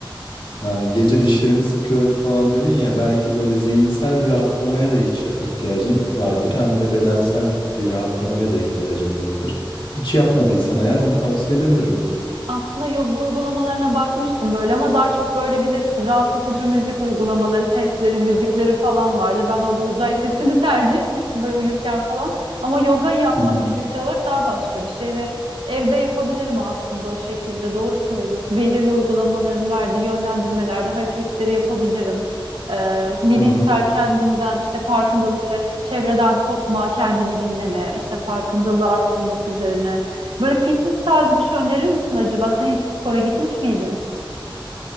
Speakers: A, on the left; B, on the right.
A: e, gece dişlerimi sıkıyorum falan dedin ya belki böyle zihinsel bir rahatlamaya da ihtiya- ihtiyacın vardır. Hem de bedensel bir rahatlamaya da ihtiyacın vardır. Hiç yapmadıysan eğer onu tavsiye edebilirim.
B: Aslında yoga uygulamalarına bakmıştım böyle ama daha çok böyle bilirsin rahatlatıcı müzik uygulamaları, sesleri, müzikleri falan vardı. Ben orada uzay sesini <laughs> tercih etmiştim böyle uyurken falan. Ama yoga yapmak
A: Hı hı,
B: fiziksel olarak daha başka bir şey ve evde yapabilirim aslında o şekilde. Doğru söylüyorsun. Belirli uygulamaların verdiği yönlendirmelerde hareketleri yapabilirim. Ee, bilinçsel
A: hı hı.
B: kendinden işte farkındalık ve çevreden kopma, kendini dinleme, işte farkındalığı arttırmak üzerine. Böyle fitness tarzı bir şey önerir misin acaba? Sen hiç spora gitmiş miydin?